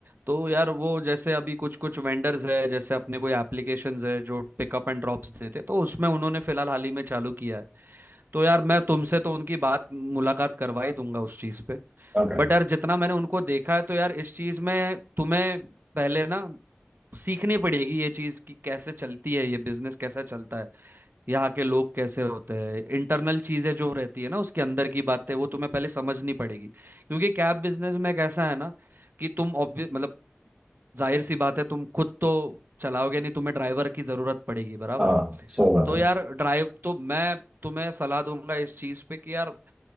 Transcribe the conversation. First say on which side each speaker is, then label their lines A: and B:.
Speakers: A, on the right; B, on the right.
A: तो यार वो जैसे अभी कुछ कुछ वेंडर्स है जैसे अपने कोई एप्लीकेशंस है जो पिकअप एंड ड्रॉप्स देते तो उसमें उन्होंने फिलहाल हाल ही में चालू किया है तो यार मैं तुमसे तो उनकी बात मुलाकात करवा ही दूंगा उस चीज पे
B: ओके
A: बट यार जितना मैंने उनको देखा है तो यार इस चीज में तुम्हें पहले ना सीखनी पड़ेगी ये चीज कि कैसे चलती है ये बिजनेस कैसा चलता है यहाँ के लोग कैसे होते हैं इंटरनल चीजें जो रहती है ना उसके अंदर की बातें वो तुम्हें पहले समझनी पड़ेगी क्योंकि कैब बिजनेस में कैसा है ना कि तुम obvi- मतलब जाहिर सी बात है तुम खुद तो चलाओगे नहीं तुम्हें ड्राइवर की जरूरत पड़ेगी बराबर
B: हाँ सही बात
A: तो
B: है
A: यार ड्राइव तो मैं तुम्हें सलाह दूंगा इस चीज पे कि यार